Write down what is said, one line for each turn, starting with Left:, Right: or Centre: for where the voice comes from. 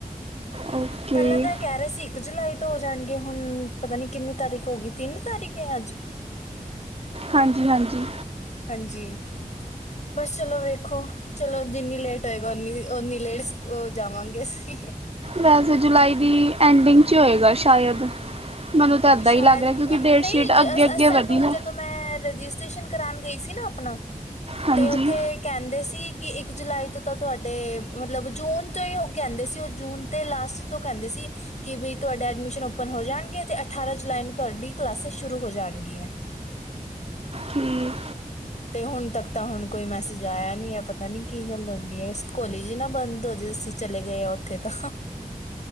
Right: ਓਕੇ
Left: ਪਹਿਲਾਂ ਤਾਂ ਕਹਿ ਰਹੇ ਸੀ ਇੱਕ ਜੁਲਾਈ ਤੋਂ ਹੋ ਜਾਣਗੇ ਹੁਣ ਪਤਾ ਨੀ ਕਿੰਨੀ ਤਾਰੀਖ ਹੋ ਗਈ ਤਿੰਨ ਤਾਰੀਖ ਹੈ ਅੱਜ?
Right: ਹਾਂਜੀ- ਹਾਂਜੀ।
Left: ਹਾਂਜੀ, ਬਸ ਚਲੋ ਵੇਖੋ। ਚਲੋ ਜਿੰਨੀ ਲੇਟ ਹੋਏਗਾ ਉਓਨੀ ਉਓਨੀ ਲੇਟ ਜਾਵਾਂਗੇ ਅਸੀਂ।
Right: ਵੈਸੇ ਜੁਲਾਈ ਦੀ ਐਂਡਿੰਗ ਚ ਹੋਏਗਾ ਸ਼ਾਇਦ। ਮੈਨੂੰ ਤਾਂ ਇੱਦਾਂ
Left: ਸ਼ਾਇਦ
Right: ਹੀ ਲੱਗ ਰਿਹਾ
Left: ਅਮ,
Right: ਕਿਉਂਕਿ ਡੇਟਸ਼ੀਟ
Left: ਨਹੀਂ ਜ-
Right: ਅੱਗੇ
Left: ਅਸ-
Right: -ਅੱਗੇ
Left: ਅਸ- ਸਾਨੂੰ
Right: ਵਧੀ ਨਾ
Left: ਜਦੋਂ ਮੈਂ ਰਜਿਸਟ੍ਰੇਸ਼ਨ ਕਰਉਣ ਗਈ ਸੀ ਨਾ ਆਪਣਾ,
Right: ਹਾਂਜੀ
Left: ਤੇ ਉੱਥੇ ਕਹਿੰਦੇ ਸੀ ਕਿ ਇੱਕ ਜੁਲਾਈ ਤੋਂ ਤਾਂ ਤੁਹਾਡੇ, ਮਤਲਬ ਜੂਨ ਤੋਂ ਹੀ ਉਹ ਕਹਿੰਦੇ ਸੀ ਉਹ ਜੂਨ ਦੇ ਲਾਸਟ ਤੋਂ ਕਹਿੰਦੇ ਸੀ ਕਿ ਬਈ ਤੁਹਾਡਾ ਐਡਮਿਸ਼ਨ ਓਪਨ ਹੋ ਜਾਣਗੇ ਤੇ ਅਠਾਰਾਂ ਜੁਲਾਈ ਨੂੰ ਤੁਹਾਡੀ ਕਲਾਸਿਸ ਸ਼ੁਰੂ ਹੋ ਜਾਣੀਆਂ।
Right: ਠੀਕ
Left: ਤੇ ਹੁਣ ਤੱਕ ਤਾਂ ਹੁਣ ਕੋਈ ਮੈਸੇਜ ਆਇਆ ਨੀ ਹੈ ਪਤਾ ਨੀ ਕੀ ਗੱਲ ਹੋ ਗਈ ਹੈ ਕੋਲੇਜ ਹੀ ਨਾ ਬੰਦ ਹੋ ਜਾ ਚਲੇ ਗਏ ਆ ਉੱਥੇ ਤਾਂ